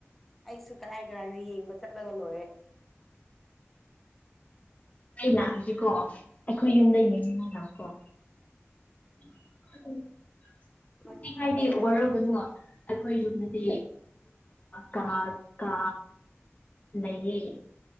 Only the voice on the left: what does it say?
ꯑꯩ ꯂꯥꯛꯑꯁꯤꯀꯣ ꯑꯩꯈꯣꯏ ꯌꯨꯝꯗ ꯌꯦꯡꯅꯤꯡꯅ ꯂꯀꯣ ꯑꯣ
ꯁꯣꯛꯅꯤꯡ ꯍꯥꯏꯥꯏꯗꯤ ꯋꯥꯔꯒꯅꯨ ꯑꯩꯈꯣꯏ ꯌꯨꯝꯗꯗꯤ ꯀꯥ ꯀꯥ ꯂꯩꯌꯦ